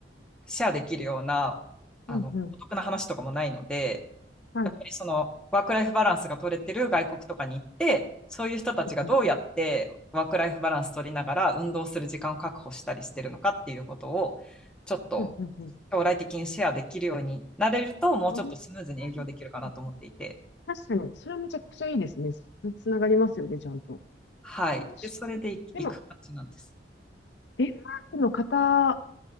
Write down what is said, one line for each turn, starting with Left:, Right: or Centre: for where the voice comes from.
Centre: シェアできるような、あの、
Left: うん、うん、
Centre: お得な話とかもないので、
Left: はい、
Centre: やっぱりその、ワークライフバランスが取れてる外国とかに行って、そういう人たちがどうやってワークライフバランス取りながら運動する時間を確保したりしてるのかっていうことを、
Left: うん、うん、
Centre: ちょっと
Left: うん、うん、うん。
Centre: 将来的にシェアできるようになれると、もうちょっとスムーズに営業できるかなと思っていて、
Left: あんうん確かに、それはめちゃくちゃいいですね。つ、つながりますよね、ちゃんと。
Centre: はい。
Left: そうし、
Centre: で、それで行く感じなんです。
Left: でも、デンマークの方